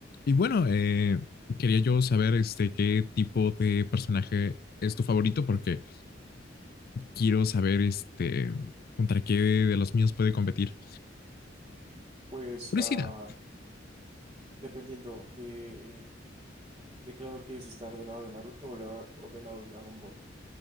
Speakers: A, on the left (about 55°); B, on the right (about 25°).
A: Y bueno, eh, quería yo saber este, qué tipo de personaje es tu favorito, porque quiero saber este, contra qué de los míos puede competir.
B: Pues
A: Curiosidad.
B: ah, dependiendo de, de qué lado quieres estar, del lado de Naruto o, la- o del lado de Dragon Ball.